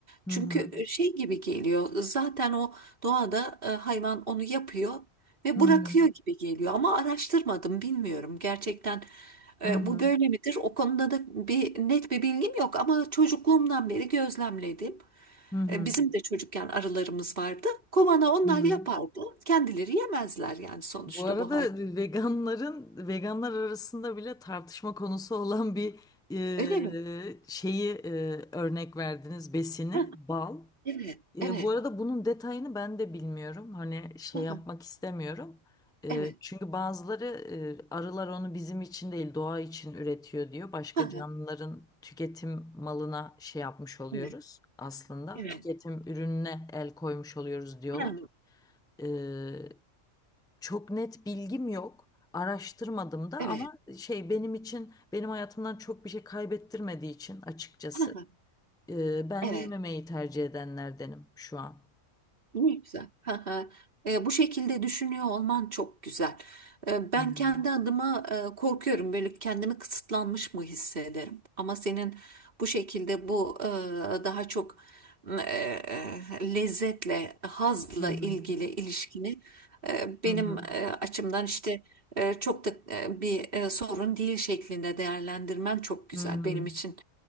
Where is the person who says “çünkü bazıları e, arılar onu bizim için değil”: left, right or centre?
Centre